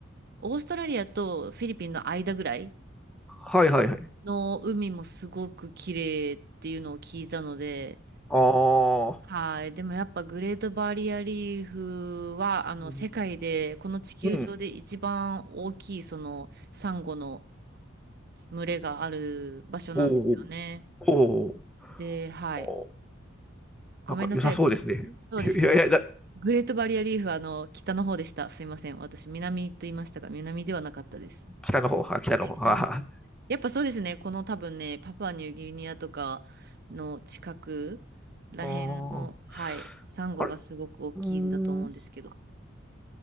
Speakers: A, on the right; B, in the centre.
A: オーストラリアとフィリピンの間ぐらい
B: はい、はい、はい。
A: の海もすごく綺麗っていうのを聞いたので、
B: ああ、
A: はい。でもやっぱグレートバリアリーフは、あの、
B: うん、
A: 世界で、この地球上で一番大きい、
B: うん
A: その、サンゴの群れがある場所なんですよね。
B: おーおー、おー
A: で、はい。
B: おー、
A: ごめんなさい。
B: なんか良さそうですね。
A: ぶそうですね。
B: いやいや、
A: グレートバリアリーフはあの北の方でした。すいません。私、南と言いましたが、南ではなかったです。
B: 北の方は、北の方は。
A: はい、北の方です。やっぱそうですね。この多分ね、パプアニューギニアとかの近くらへんの、
B: うーん
A: はい、サンゴがすごく大きいんだと思うんですけど。
B: あれうーん。